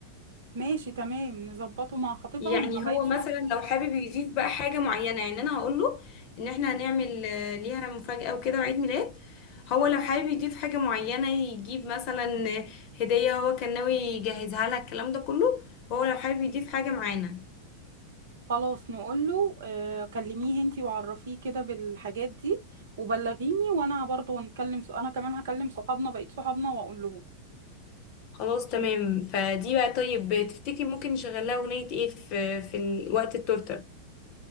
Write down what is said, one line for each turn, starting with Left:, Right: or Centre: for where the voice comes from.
Right: ماشي تمام نظبطه مع خطيبها
Left: يعني
Right: ومع باقي
Left: هو مثلا لو حابب يضيف بقى حاجة معينة يعني أنا هقوله إن إحنا هنعمل آه، ليها مفاجأة وكده وعيد ميلاد هو لو حابب يضيف حاجة معينة يجيب مثلا هدية هو كان ناوي يجهزها لها الكلام ده كله هو لو حابب يضيف حاجة معانا
Right: خلاص نقول له آه، كلميه انتي وعرفيه كده بالحاجات دي وبلغيني وانا برضه نكلم انا كمان هكلم صحابنا بقيت صحابنا واقول لهم
Left: خلاص تمام فدي بقى طيب تفتكري ممكن نشغل لها اغنية ايه في في ال- وقت التورتة